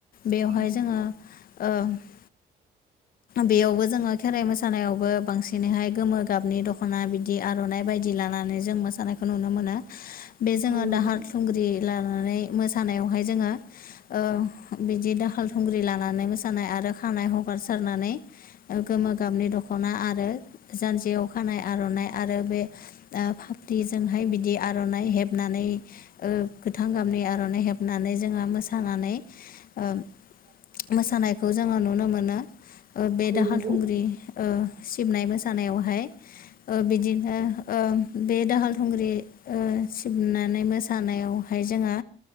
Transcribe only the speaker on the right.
औ नंगौ औ नंगौ उम
औ नंगौ
नोंथां
औ
नंगौ
औ